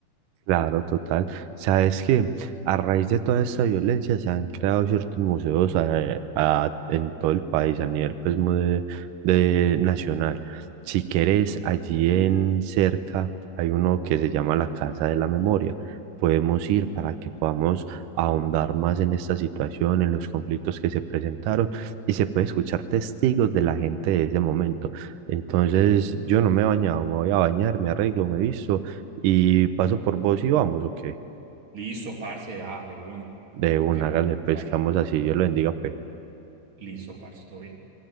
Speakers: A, on the right (about 75°); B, on the right (about 35°).
A: Claro, total. Sabes que a raíz de toda esta violencia se han creado ciertos museos eh, a- en todo el país, a nivel pues, mu- de, de nacional. Si quieres, allí en cerca hay uno que se llama la Casa de la Memoria. Podemos ir para que podamos ahondar más en esta situación, en los conflictos que se presentaron y se puede escuchar testigos de la gente de ese momento. Entonces, yo no me he bañado, me voy a bañar, me arreglo, me visto y paso por vos y vamos, ¿o qué?
B: Listo, parce, da, de una,
A: De una,
B: de una,
A: hágale, pues,
B: parce.
A: quedamos así, Dios lo bendiga, pues.
B: Listo, parce, todo bien.